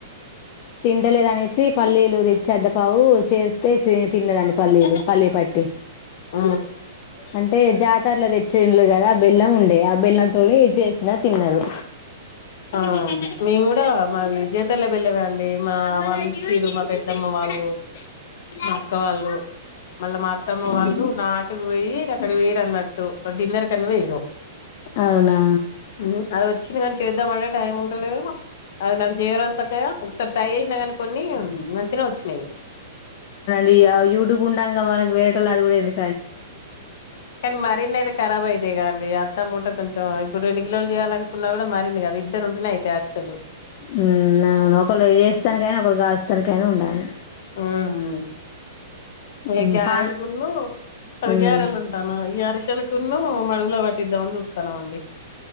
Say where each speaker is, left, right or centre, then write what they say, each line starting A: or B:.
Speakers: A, on the left; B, on the left.
A: తింటలేదు అనేసి పల్లీలు తెచ్చి అందపావు చేస్తే తే తిన్నదండి పల్లీలు,
B: ఆ
A: పల్లీ పట్టి
B: ఆ
A: అంటే జాతర్ల దే చింలు గదా ఆ బెల్లం ఉండే ఆ బెల్లంతోడి చేసినా తిన్నరు.
B: ఆ మేము కూడా మావి జీతేర్ల బెల్లవే అండి. మా వాళ్ళు ఇచ్చురు. మా పెద్దమ్మ వా ళ్లు, మా అక్క వాళ్ళు, మళ్ళా మా అత్ తమ్మ వాళ్ళు నాటుకు వోయి, అక్కడ ఓయిరానట్టు డిన్నర్ కని వేయిరు.
A: అవునా
B: హూ అది వచ్చింది కానీ చెందామంటే టైం ఉంటలేదు. అది నాకు జేయరాదు సక్కగా, ఒకసారి ట్రై చేసినా కాని కొన్ని మంచినే వచ్చినాయ్.
A: వీయా యూటూబ్ ఉండగా మనవ్వేరొటోలని అడుగుడేది.
B: కానీ మరిన్ని అయితే కారాబైతాయి కాండి. అత్త మున్ట్ కొంచెం ఇప్పుడు రెండు కిల్లోలు జేయాలనుకున్నా కూడా మరిన్ని కదా ఇద్దరు ఉంటనే అయితాయ్ అర్చలు.
A: హుహ్ అవును ఒకళ్ళు ఏస్తానికైనా ఒకళ్ళు కల్లూత్సనికైనా ఉండాలి.
B: ఓహ ఏ
A: ఉమ్
B: గ్యారకులు
A: పాన్
B: అది
A: ఉమ్
B: గ్యారెలు ఉంటానా ఈ అరిచేలాక్ కును మడుగుల వట్టిద్దామని చుతునవండి.